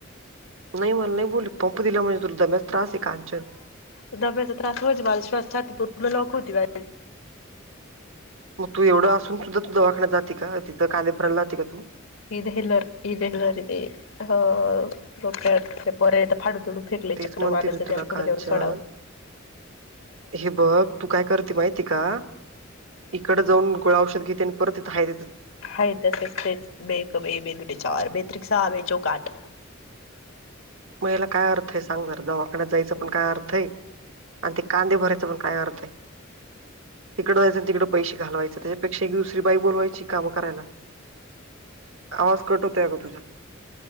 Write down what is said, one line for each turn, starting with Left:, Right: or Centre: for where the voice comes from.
Right: नाही मला नाही बोलली पंप दिला म्हणजे तुला दम्याच त्रास आहे कांचन
Left: ब्याचा त्रास होयचझ स्छी पूर्ण लॉक होती बा
Right: मग तू एवढं असून सुद्धा तू दवाख्याना जे का तिथं काने भरायला जाते का तू
Left: इ हेल इ हेलरे अह रोप पर येत पाड दुड फेकले
Right: तेच
Left: चक्रवाारचे
Right: म्हणते मी
Left: त्यार
Right: तुला कांचन
Left: कुठ देऊ डावर
Right: हे बघ तू काय करते माहिती का इकडे जाऊ गोळा औषध घेते आणि परत इथे आहे.
Left: ह असच बे बे ब बेच्यावर ब तरीिक सहा बेचो काठ
Right: मग याला काय अर्थ आहे सांगार दवाख्या जायचं पण काय अर्थ आहे. आणि ते कांदे भरायचं पण काय अर्थ तिकडं जायचं आणि तिकडे पैसे घालवायचें त्याच्यापेक्षा एक दुसरी बाई बोलवायची काम करायला. आवाज कट होते आहे गो तुझ्या